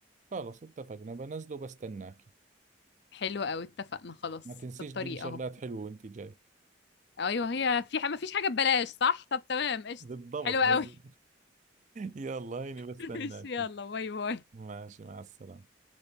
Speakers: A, on the right; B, on the left.
A: خلص اتفقنا بنزله وبستناكي
B: حلو قوي اتفقنا خلاص
A: ما تنسيش
B: في الطريق
A: تجيبي شغلات
B: اهو
A: حلوه وانت جاي
B: ايوه هي في ح- ما فيش حاجه ببلاش صح طب تمام قشطه
A: بالضبط
B: حلو قوي
A: <laughs> عزيز. يلا هيني بستناكي
B: <laughs> ماشي يلا باي باي
A: ماشي مع السلامه